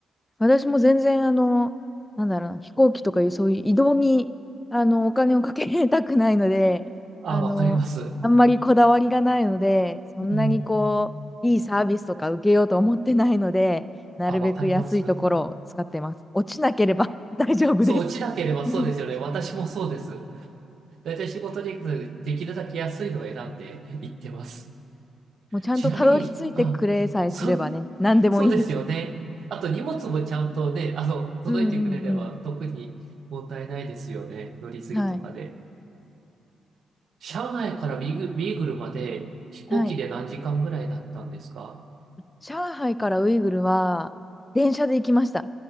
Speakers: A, on the left; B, on the right.
A: 私も全然、あの、なんだろうな、飛行機とかいう、そういう移動に、あの、お金をかけたくないので、
B: あ、
A: あの、
B: わかります。
A: あんまりこだわりがないので、そんなにこう、
B: うん。
A: いいサービスとか受けようと思ってないので、なるべく安いところを使ってます。
B: あ、わかります。
A: 落ちなければ <laughs> 大丈夫です。
B: そう、落ちなければそうですよね。
A: <laughs> うん
B: 私もそうです。だいたい仕事で行くので、できるだけ安いのを選んで行ってます。
A: もうちゃんとたどり着いてくれさえすればね、
B: ちなみに、あ、そう
A: 何でもいいです。
B: そうですよね。あと荷物もちゃんとね、あの、届いてくれれば特に問題ないですよね。
A: うんうんうん。
B: 乗り継ぎとかで。
A: はい。
B: 上海からビーグ、ビーグルまで飛行機で何時間ぐらいだったんですか
A: はい。上海からウイグルは電車で行きました。